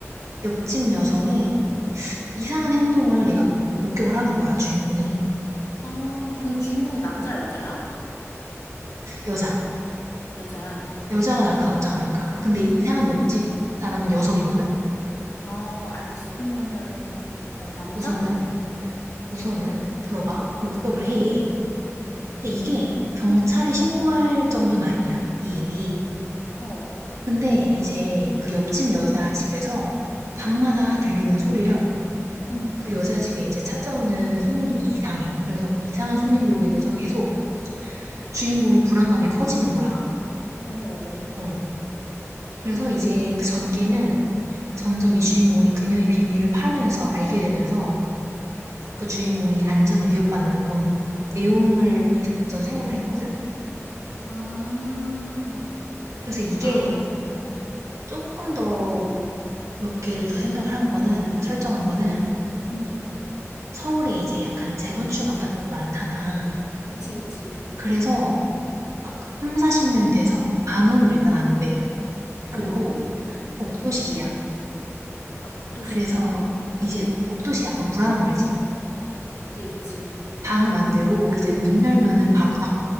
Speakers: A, on the right; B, on the left.
A: 옆집 여성의 이상한 행동을 얘가 목격을 하는 거야, 주인공이.
B: 아, 근데 주인공이 남자, 여자야?
A: 여자.
B: 여자야, 응.
A: 여자가 날까, 남자가 날까. 근데 이상한 옆집 사람은 여성이거든?
B: 아, 알겠어. 그러면은,
A: 어,
B: 남자?
A: 우선은, 우선은, 들어봐.
B: 어,
A: 목격을 해.
B: 응, 응,
A: 근데 이게 경찰에 신고할 정도는 아니야, 이 일이.
B: 어,
A: 근데 이제 그 옆집 여자 집에서 밤마다 들리는 소리랑
B: 응,
A: 그 여자 집에 이제 찾아오는 손님들이 이상해. 그래서 그 이상한 손님들로 인해서 계속 주인공이 불안감이 커지는 거야.
B: 어.
A: 어. 그래서 이제 그 전개는 점점 이 주인공이 그녀의 비밀을 파면서 알게 되면서 그 주인공이 안전을 위협받는 그런 내용을 저는 생각을 했거든.
B: 아,
A: 그래서 이게
B: 아, 그럼, 어,
A: 조금 더 몇 개를 더 생각을 한 거는 설정한 거는
B: 응.
A: 서울에 이제 약간 재건축 아파트들 많잖아.
B: 그치, 그치.
A: 그래서 막삼 40년이 돼서 방은 일단 안 돼.
B: 어.
A: 그리고 복도식이야.
B: 아, 복도식이야.
A: 그래서 이제 복도식 약간 불안한 거 알지?
B: 그치, 그치.
A: 방음 안 되고 이제 문 열면은 바로 딱